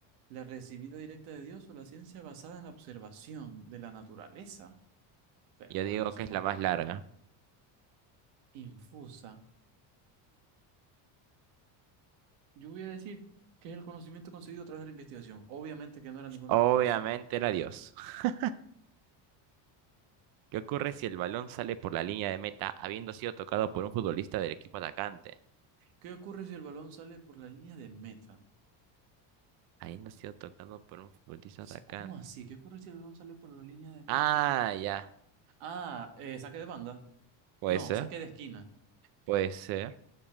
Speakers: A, on the right; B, on the right.
A: la recibida directa de Dios o la ciencia basada en la observación de la naturaleza. Pero
B: Yo
A: tal
B: digo
A: vez no sé
B: que es
A: cuál
B: la más
A: de las
B: larga.
A: cuatro. Infusa. Yo voy a decir que es el conocimiento conseguido a través de la investigación. Obviamente que no era ninguna
B: Obviamente
A: de las dos.
B: era Dios. <laughs> ¿Qué ocurre si el balón sale por la línea de meta habiendo sido tocado por un futbolista del equipo atacante?
A: ¿Qué ocurre si el balón sale por la línea de meta?
B: Habiendo sido tocado por un futbolista
A: Pues,
B: atacante.
A: ¿Cómo así? ¿Qué ocurre si el balón sale por la línea de meta?
B: Ah, ya.
A: Ah, eh, saque de banda.
B: Puede
A: No,
B: ser,
A: saque de esquina.
B: puede ser.